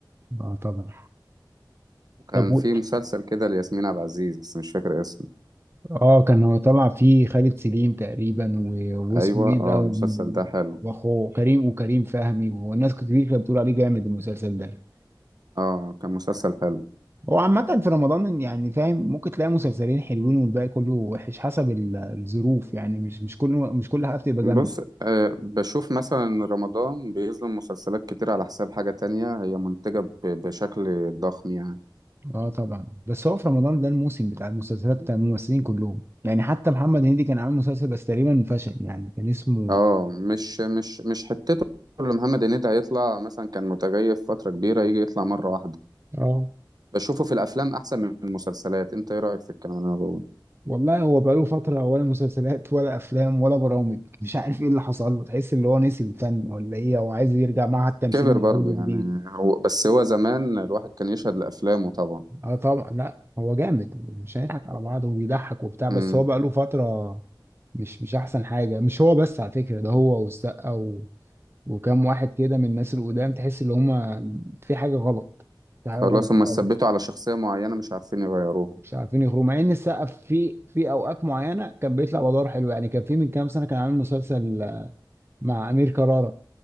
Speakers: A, on the right (about 30°); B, on the right (about 55°).
A: اه طبعا
B: وكان
A: طب و...
B: في مسلسل كده لياسمين عبد العزيز بس مش فاكر اسمه
A: اه كان هو طلع فيه خالد سليم تقريبا و... واسمه
B: أيوة
A: ايه ده
B: اه
A: و...
B: المسلسل ده حلو
A: واخوه كريم وكريم فهمي والناس كتير كانت بتقول عليه جامد المسلسل ده
B: اه كان مسلسل حلو
A: هو عامة في رمضان يعني فاهم ممكن تلاقي مسلسلين حلوين والباقي كله وحش حسب ال- الظروف يعني مش مش كله مش كل حاجة بتبقى جامدة
B: بص آه بشوف مثلا إن رمضان بيظلم مسلسلات كتير على حساب حاجة تانية هي منتجة ب- بشكل ضخم يعني
A: اه طبعا بس هو في رمضان ده الموسم بتاع المسلسلات بتاع الممثلين كلهم يعني حتى محمد هنيدي كان عامل مسلسل بس تقريبا فشل يعني كان اسمه
B: اه مش مش مش حتته اللي محمد هنيدي هيطلع مثلا كان متغيب فترة كبيرة يجي يطلع مرة واحدة
A: اه
B: بشوفه في الأفلام أحسن من المسلسلات أنت إيه رأيك في الكلام اللي أنا بقوله؟
A: والله هو بقاله فترة ولا مسلسلات ولا أفلام ولا برامج مش عارف إيه اللي حصل له تحس اللي هو نسي الفن ولا إيه هو عايز يرجع معهد التمثيل
B: كبر
A: من
B: برضه
A: أول وجديد
B: يعني هو بس هو زمان الواحد كان يشهد لأفلامه طبعا
A: اه طبعا لا هو جامد مش هنضحك على بعض وبيضحك وبتاع بس
B: امم
A: هو بقى له فترة مش مش احسن حاجة مش هو بس على فكرة ده هو والسقا و... وكام واحد كده من الناس القدام تحس ان هما في حاجة غلط في حاجة غلط
B: خلاص هما
A: خالص
B: ثبتوا على شخصية معينة مش عارفين يغيروها
A: مش عارفين يخرجوا مع ان السقا في في اوقات معينة كان بيطلع بأدوار حلوة يعني كان في من كام سنة كان عامل مسلسل آه، مع أمير كرارة